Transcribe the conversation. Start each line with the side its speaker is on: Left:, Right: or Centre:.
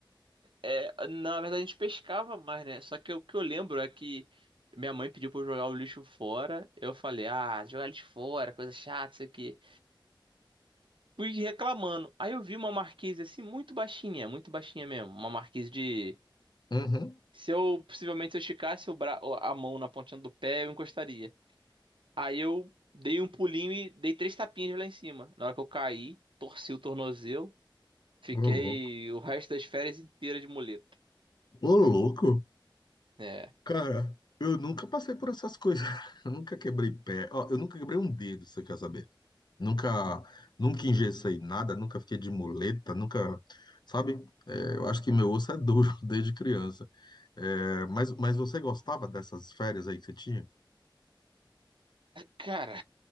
Right: É, na verdade, a gente pescava mais, né? Só que o que eu lembro é que minha mãe pediu pra eu jogar o lixo fora. Eu falei, ah, jogar lixo fora, coisa chata, isso aqui. Fui reclamando. Aí eu vi uma marquise assim, muito baixinha, muito baixinha mesmo. Uma marquise de.
Left: Uhum.
Right: Se eu, possivelmente, se eu esticasse o bra... a mão na pontinha do pé, eu encostaria. Aí eu dei um pulinho e dei três tapinhas lá em cima. Na hora que eu caí, torci o tornozelo, fiquei
Left: Ô, louco.
Right: o resto das férias inteira de muleta.
Left: Ô, louco.
Right: É.
Left: Cara, eu nunca passei por essas coisas. <laughs> Eu nunca quebrei pé. Ó, eu nunca quebrei um dedo, você quer saber? Nunca, nunca engessei nada, nunca fiquei de muleta, nunca. Sabe? É, eu acho que meu osso é duro <laughs> desde criança. É, mas, mas você gostava dessas férias aí que você tinha?
Right: Cara.